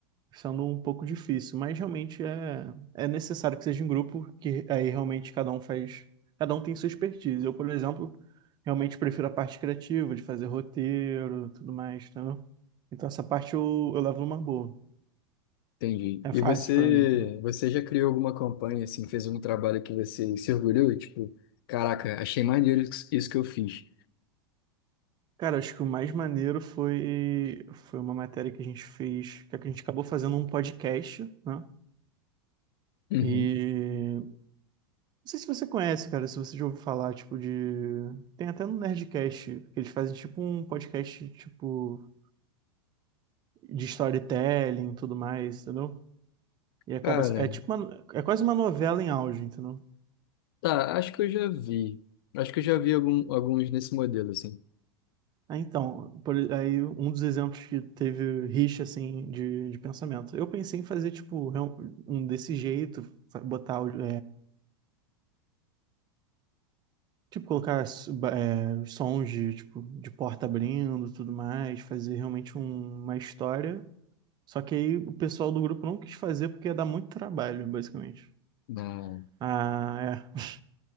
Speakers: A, on the right; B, on the left.
A: sendo um pouco difícil, mas realmente é, é necessário que seja em grupo, que aí realmente cada um faz, cada um tem sua expertise. Eu, por exemplo, realmente prefiro a parte criativa, de fazer roteiro, tudo mais, entendeu? Então essa parte eu, eu levo uma boa.
B: Entendi.
A: É
B: E
A: fácil
B: você,
A: pra mim, entendeu?
B: você já criou alguma campanha, assim, fez algum trabalho que você se orgulhou? e, Tipo, caraca, achei maneiro isso isso que eu fiz.
A: Cara, acho que o mais maneiro foi, foi uma matéria que a gente fez, que a gente acabou fazendo um podcast, né?
B: Uhum.
A: E não sei se você conhece, cara, se você já ouviu falar, tipo, de. Tem até no Nerdcast, que eles fazem tipo um podcast, tipo, de storytelling e tudo mais, entendeu? E acaba.
B: Cara,
A: se- É tipo uma... é quase uma novela em áudio, entendeu?
B: tá, acho que eu já vi. Acho que eu já vi algum- alguns nesse modelo, assim.
A: Ah, então, por... aí um dos exemplos que teve rixa, assim, de, de pensamento. Eu pensei em fazer, tipo, real- um desse jeito, fa- botar áudio. Tipo, colocar s- ba- é, sons de, tipo, de porta abrindo, tudo mais, fazer realmente um- uma história. Só que aí o pessoal do grupo não quis fazer porque ia dar muito trabalho, basicamente.
B: Na...
A: Ah, é.